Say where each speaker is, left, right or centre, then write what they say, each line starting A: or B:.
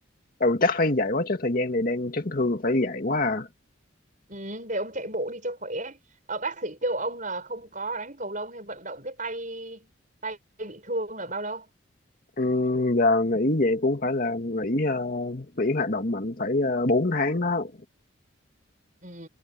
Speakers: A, on the left; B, on the right.
A: ừ, chắc phải dạy quá chứ thời gian này đang chấn thương phải dạy quá à
B: ừ để ông chạy bộ đi cho khỏe ở bác sĩ kêu ông là không có đánh cầu lông hay vận động cái tay tay bị thương là bao lâu
A: ừ, giờ nghỉ về cũng phải là nghỉ ờ, nghỉ hoạt động mạnh phải uh, 4 tháng đó
B: ừ